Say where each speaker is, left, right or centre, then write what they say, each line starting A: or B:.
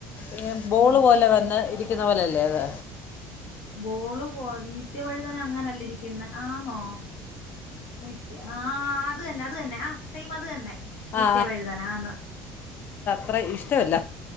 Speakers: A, on the left (about 50°); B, on the left (about 75°).
A: ഇങ്ങനെ ബോള്
B: ഉം
A: പോലെ വന്ന് ഇരിക്കുന്ന പോലല്ലേ അത്
B: ബോള് പോൽ നി ത്യവഴുതന അങ്ങനല്ല ഇരിക്കുന്നെ ആന്നോ ആ ആ അത് തന്നെ അത് തന്നെ ആ സെയിം അത് തന്നെ നിത്യവഴുതനാന്ന്
A: ആ ത്ര ഇഷ്ടമല്ല